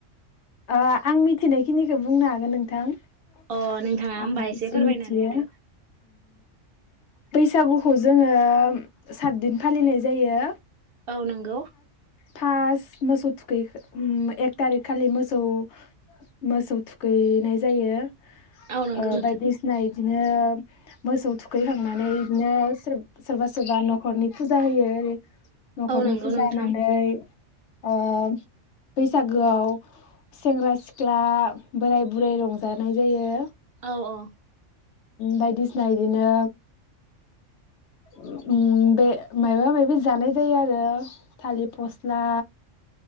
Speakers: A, on the left; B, on the right.
A: आं मिथिनायखिनिखो बुंनो हागोन नोंथां
B: अ
A: ।
B: नोंथाङा होमबा
A: आं
B: एसे
A: जेमिथियो
B: फोरमायनानै होदो
A: बैसागुखौ जोङो सातदिन फालिनाय जायो।
B: औ नंगौ
A: फास्ट मोसौ थुखै एक थारिख खालि मोसौ औ मोसौ थुखैनाय जायो बायदिसिना
B: औ नंगौ
A: ओ
B: नोंथां
A: बायदिसिना बिदिनो मोसौ थुखैखांनानै बिदिनो सोरबा सोरबा न'खरनि फुजा होयो ओरै न'खरनि
B: औ नंगौ
A: फुजा
B: नोंथां
A: होनानै ओ बैसागोआव सेंग्रा सिख्ला बोराय बुरै रंजानाय जायो।
B: औ औ
A: बायदिसिना बिदिनो उम बे माबा माबि जानाय जायो आरो थालिर फस्ला